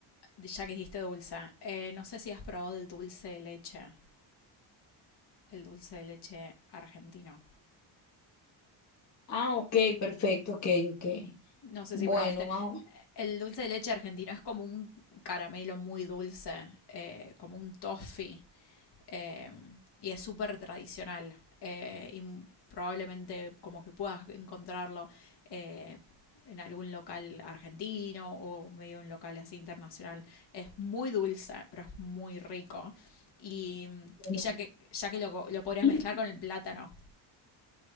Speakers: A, on the left; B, on the left.
A: ya que dijiste dulce, eh, no sé si has probado el dulce de leche, el dulce de leche argentino.
B: Ah, ok, perfecto, ok, ok.
A: No sé
B: Bueno,
A: si probaste
B: más o
A: El dulce de leche argentino es como un caramelo muy dulce, eh, como un toffee, eh, y es súper tradicional. eh, y probablemente como que puedas encontrarlo eh, en algún local argentino o medio un local así internacional. Es muy dulce, pero es muy rico. Y,
B: menos.
A: y ya
B: Bueno,
A: que, ya que lo, lo podrías
B: <clears throat>
A: mezclar con el plátano.